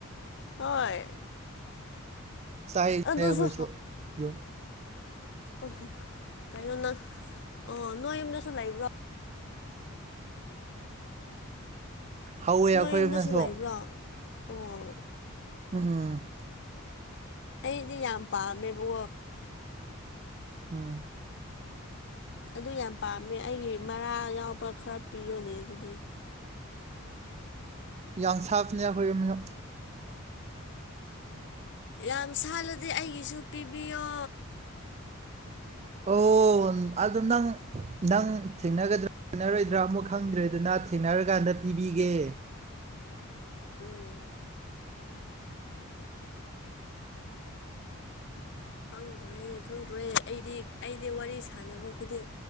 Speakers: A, on the left; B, on the right.
A: ꯍꯣꯏ
B: ꯆꯥꯏ
A: ꯑꯗꯨꯁꯨ
B: ꯆ ꯀꯣꯏꯁꯨꯣ ꯑꯗꯨ
A: ꯎ ꯀꯩꯅꯣ ꯅꯪ ꯑꯣ ꯅꯣꯏ ꯌꯨꯝꯗꯁꯨ ꯂꯩꯕ꯭ꯔꯣ
B: ꯍꯧꯋꯦ
A: ꯅꯣꯏ
B: ꯑꯩꯈꯣꯏ
A: ꯌꯨꯝꯗꯁꯨ
B: ꯑꯃꯁꯁꯨ
A: ꯂꯩꯕ꯭ꯔꯣ ꯑꯣ
B: ꯎꯝ
A: ꯑꯩꯗꯤ ꯌꯥꯝ ꯄꯥꯝꯃꯦꯕꯣ
B: ꯎꯝ
A: ꯑꯗꯨ ꯌꯥꯝ ꯄꯥꯝꯃꯦ ꯑꯩꯒꯤ ꯃꯔꯥ ꯌꯥꯎꯕ ꯈꯔ ꯄꯤꯌꯣꯅꯦ ꯑꯗꯨꯗꯤ
B: ꯌꯥꯝ ꯁꯥꯞꯅꯦ ꯑꯩꯈꯣꯏꯅ
A: ꯌꯥꯝ ꯁꯥꯠꯜꯂꯗꯤꯦ ꯑꯩꯒꯤꯁꯨ ꯄꯤꯕꯤꯌꯣ
B: ꯑꯣ ꯑꯗꯨ ꯅꯪ ꯅꯪ ꯊꯦꯡꯅꯒꯗ꯭ꯔ ꯁꯥꯟꯅꯔꯣꯏꯗ꯭ꯔꯥ ꯑꯃꯨꯛ ꯈꯪꯗ꯭ꯔꯦꯗꯨꯅ ꯊꯦꯡꯅꯔꯀꯥꯟꯗ ꯄꯤꯕꯤꯒꯦ
A: ꯎꯝ ꯈꯪꯗ꯭ꯔꯦ ꯈꯪꯗ꯭ꯔꯦ ꯑꯩꯗꯤ ꯑꯩꯗꯤ ꯋꯥꯔꯤ ꯁꯥꯟꯅꯕ ꯈꯨꯗꯤꯡ